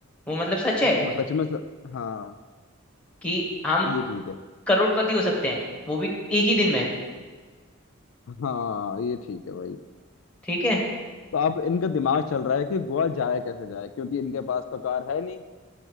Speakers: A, in the centre; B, on the left.
A: वो मतलब सच है
B: वो सच में स... हाँ
A: कि हम
B: ये ठीक है
A: करोड़पति हो सकते हैं वो भी एक ही दिन में
B: हाँ ये ठीक है भाई
A: ठीक है
B: तो अब इनका दिमाग चल रहा है कि गोवा जाए कैसे जाए क्योंकि इनके पास तो कार है नहीं